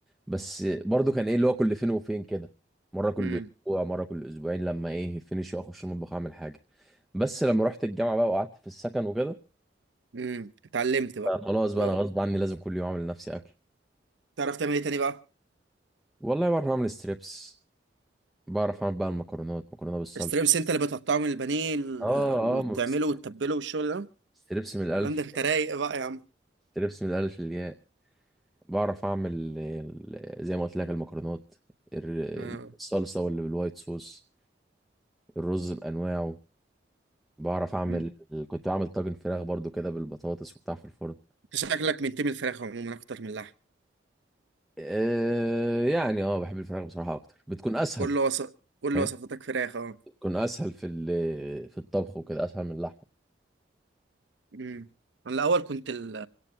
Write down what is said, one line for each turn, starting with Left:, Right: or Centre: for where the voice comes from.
Centre: بس برضو كان إيه اللي هو كل فين وفين كده مرة كل
Right: امم
Centre: أسبوع مرة كل أسبوعين لما إيه فينش أخش المطبخ أعمل حاجة بس لما رحت الجامعة بقى وقعدت في السكن وكده
Right: امم اتعلمت بقى
Centre: بقى خلاص بقى
Right: لو
Centre: أنا غصب عني لازم كل يوم أعمل لنفسي أكل
Right: تعرف تعمل ايه تاني بقى
Centre: والله بعرف أعمل ستريبس بعرف أعمل بقى المكرونات مكرونة بالصلصة
Right: الستريمس انت اللي بتقطعه من البانيه ال-
Centre: اه
Right: وتعمله
Centre: اه ما بس-
Right: وتتبله والشغل ده
Centre: ستريبس من الالف
Right: عندك انت رايق بقى يا عم
Centre: ستريبس من الالف للياء بعرف اعمل آه، زي ما قلت لك المكرونات الر-
Right: اه
Centre: الصلصه واللي بالوايت صوص الرز بانواعه بعرف اعمل
Right: انت
Centre: كنت بعمل طاجن فراخ برضو كده بالبطاطس وبتاع في الفرن
Right: شكلك منتمي الفراخ عموما اكتر من اللحم
Centre: آه يعني اه بحب الفراخ بصراحه اكتر بتكون اسهل
Right: كل وصف كل
Centre: فاهم
Right: وصفاتك فراخ اه
Centre: بتكون اسهل في ال- في الطبخ وكده اسهل من اللحمه
Right: امم انا الاول كنت ال...